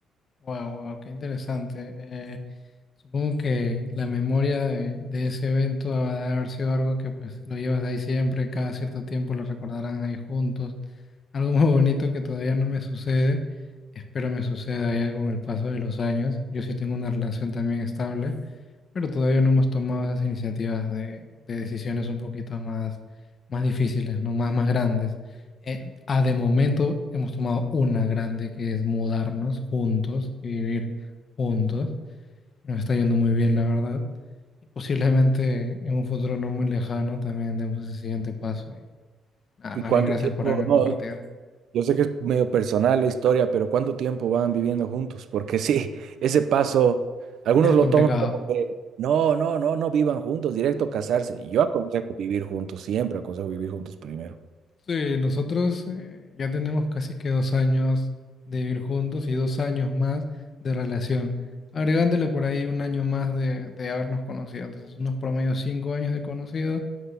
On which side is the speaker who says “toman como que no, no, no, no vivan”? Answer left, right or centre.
Right